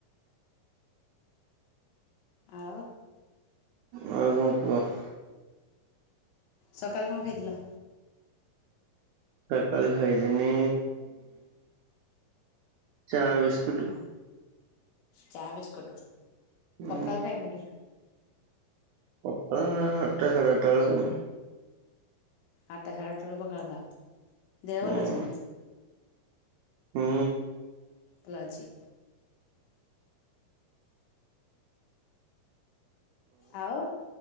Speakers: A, on the left; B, on the right.
A: ଆଉ
B: ଆଉ କଣ କୁହ?
A: ସକାଳେ କଣ ଖାଇଥିଲ?
B: ସକାଳେ ଖାଇଥିନି ଚା ବିସ୍କୁଟ।
A: ଚା ବିସ୍କୁଟ।
B: ହୁଁ
A: ପଖାଳ ଖାଇନ କି?
B: ପଖାଳ ନା ଆଠଟା ସାଢେ ଆଠଟା ବେଳକୁ।
A: ଆଠଟା ସାଢ଼େ ଆଠଟା ବେଳକୁ ପଖାଳ ଖାଅ। ଦେହ
B: ହୁଁ
A: ଭଲ ଅଛିନା?
B: ହୁଁ।
A: କୋଳା ଅଛି ଆଉ।